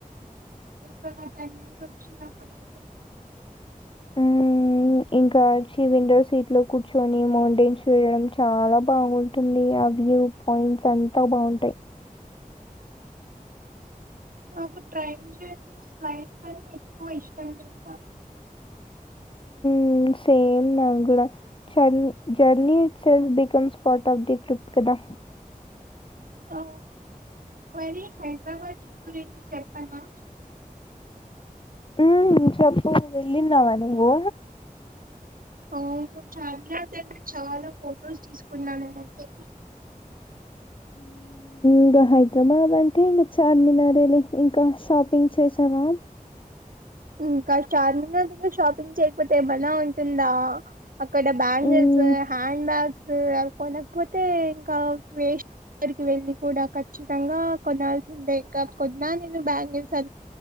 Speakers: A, on the right (about 70°); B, on the left (about 35°).
A: టనల్స్ వచ్చినప్పుడు అయితే
B: మ్మ్ ఇంకా వచ్చి విండో సీట్ లో కూర్చొని మౌంటైన్ చూడడం చాలా బాగుంటుంది వ్యూ పాయింట్స్ అంతా బాగుంటాయి
A: నాకు ట్రైన్ జర్నీ ఫ్లైట్ కన్నా ఎక్కువ ఇష్టం తెలుసా <unintelligible>
B: ఊ సేమ్ నాకు కూడా చ journey self becomes స్పట్ of the trip కదా
A: ఓ మరి హైదరాబాద్ ట్రిప్ గురించి చెప్పనా
B: ఉ చెప్పు వెళ్ళినావా నువ్వు
A: అవును చార్మినార్ దగ్గర చాలా ఫొటోస్ తీసుకున్నా నేను అయితే
B: ఇంకా హైదరాబాద్ అంటే ఇంకా చార్మినార్ లే ఇంకా షాపింగ్ చేసావా
A: ఇంకా చార్మినార్ దగ్గర షాపింగ్ చేయకపోతే ఏమైనా ఉంటుందా అక్కడ బ్యాండెస్
B: హ్మ్.
A: హ్యాండ్ బ్యాగ్స్ అవి కొనకపోతే ఇంకా వే అక్కడికి వెళ్ళి కూడా ఖచ్చితంగా కొనాల్సిందే, ఇంకా కొన్నా నేను బ్యాంగిల్స్ అ